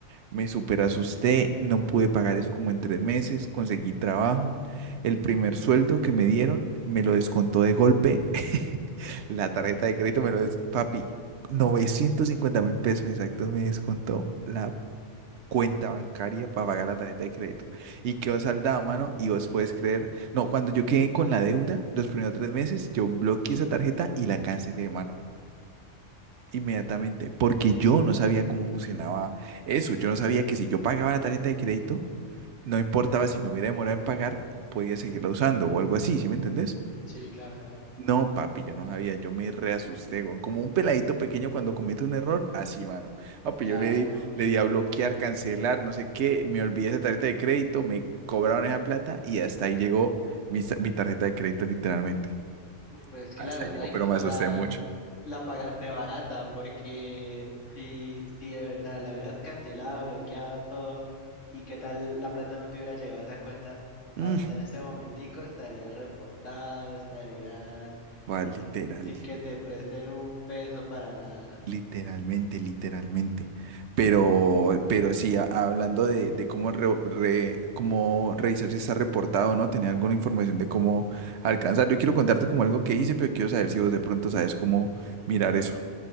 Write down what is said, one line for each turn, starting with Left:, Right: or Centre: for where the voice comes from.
Right: Me super asusté, no pude pagar eso como en tres meses, conseguí trabajo. El primer sueldo que me dieron me lo descontó de golpe. <laughs> La tarjeta
Left: <laughs>
Right: de crédito me lo des... Papi, novecientos cincuenta mil pesos exactos me descontó la cuenta bancaria para pagar la tarjeta de crédito. Y quedó saldada, mano, y vos puedes creer. No, cuando yo quedé con la deuda, los primeros tres meses, yo bloqueé esa tarjeta y la cancelé, mano. Inmediatamente, porque yo no sabía cómo funcionaba eso. Yo no sabía que si yo pagaba la tarjeta de crédito, no importaba si me hubiera demorado en pagar, podía seguirla usando o algo así, ¿sí me entendés?
Left: Sí, claro, claro.
Right: No, papi, yo no sabía, yo me reasusté, weón. Como un peladito pequeño cuando comete un error, así, mano. Papi,
Left: Claro.
Right: yo le di, le di a bloquear, cancelar, no sé qué, me olvidé esa tarjeta de crédito, me cobraron esa plata y hasta ahí llegó mi, sa- mi tarjeta de crédito, literalmente.
Left: Uf, pues que
Right: Hasta
Left: la verdad,
Right: ahí llegó,
Left: incluso
Right: pero me asusté
Left: la,
Right: mucho.
Left: la pagaste barata, porque si, si de verdad la hubieras cancelado, bloqueado todo, y qué tal la plata no te hubiera llegado a esa cuenta,
Right: Mm,
Left: ahorita en este momentico estarías reportado, estarías
Right: ¿cuál literal?
Left: sin que te presten un peso para nada.
Right: Literalmente, literalmente. Pero, pero sí, a- hablando de, de cómo, re- re- cómo revisar si está reportado o no, tenía alguna información de cómo alcanzar. Yo quiero contarte como algo que hice, pero quiero saber si vos de pronto sabes cómo mirar eso.